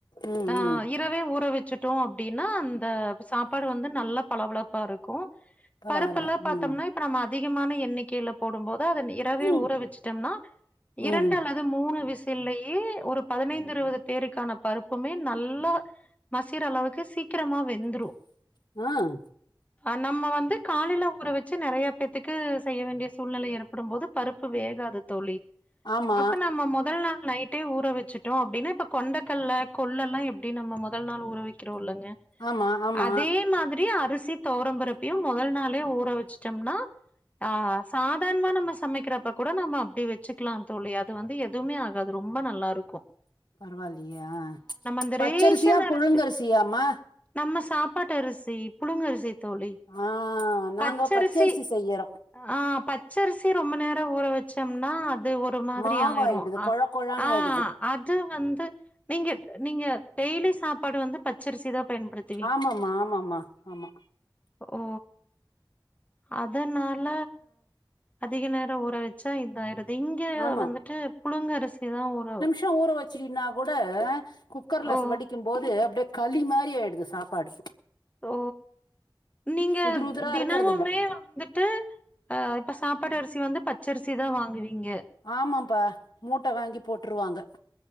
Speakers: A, on the left; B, on the left.
A: ம்,
B: ஆ
A: ம்.
B: இரவே ஊற வச்சுட்டோ அப்டின்னா அந்த சாப்பாடு வந்து நல்லா பளபளப்பா இருக்கும்
A: பரவால்ல.
B: பருப்பெல்லா பாத்தம்னா
A: ம்,
B: இப்ப நம்ம அதிகமான எண்ணிக்கைல போடும் போது அத இரவே
A: ம்,
B: ஊற வச்சுட்டோம்னா இரண்டு
A: ம்.
B: அல்ல து மூணு விசில்லயே ஒரு பதினைந்து இருவது பேருக்கான பருப்புமே நல்லா மசீர அளவுக்கு சீக்கிரமா வெந்துரும்
A: ம்
B: அ நம்ம வந்து காலைல ஊற வச்சு நிறைய பேத்துக்கு செய்ய வேண்டிய சூழ்நிலை ஏற்படும் போது பருப் பு வேகாது தோழி
A: ஆமா
B: அப்ப நம்ம மொதல் நாள் நைட் டே ஊற வச்சிட்டோ அப்டின்னா இப்ப கொண்டக்கல்ல கொல் எல்லா எப்டி நம்ம மொதல் நாள் ஊற வெக்கிறோ இல்லங்க
A: ஆமா ஆமா
B: அதே மாதிரி அரிசி துவரம்பருப்பையு மொதல் நாளே ஊற வச்சுட்டம்ன்னா ஆ சாதாரணமா நம்ம சமைக்கிற இப்ப கூட நம்ம அப்டி வச்சிக்கலா தோழி அது வந்து எதுமே ஆகாது ரொம்ப நல்லா இருக்கும்
A: பரவால்லயே ஆ
B: அந்த
A: பச்சரிசியா
B: ரேஷன் அரிசி
A: புழுங்க அரிசியாமா
B: நம்ம சாப்பாட்டு அரிசி புழுங்க அரிசி தோழி
A: ஆ நாங்க
B: பச்சரிசி
A: செய்யறோ
B: ஆ பச்சரிசி ரொம்ப நேரம் ஊற வச் ச்சம்னா அது ஒரு மாதிரி
A: மாவாயிடுது
B: ஆயிரு
A: கொழ கொழான்னு
B: ஆ
A: ஆயிடுது
B: ஆ அது வந்து நீங்க நீங்க டெய்லி சாப்பாடு வந்து பச்சரிசி தா பயன்படுத்
A: ஆமாமா ஆமாமா ஆமா
B: ஓ அதனால அதிக நேரோ ஊற வச்சா இதாய்ரு இங்க
A: ஆமா
B: வந்துட்டு புழுங்க அரிசி தா ஊறு
A: ட ஊற வச்சிட்டின்னா கூட குக்கர்ல
B: ஓ
A: வடிக்கும் போது அப்டியே களி மாரி ஆய்டுது சாப்பாடு
B: ஓ நீங்க
A: உதிரு உதிரா
B: தினமமே
A: இருக்கறது இல்ல
B: வந்து ட்டு அ இப்ப சாப்பாடு அரிசி வந்து பச்சரிசி தா வாங்குவீங்க
A: ஆமாப்பா மூட்ட வாங்கி போட்ருவாங்க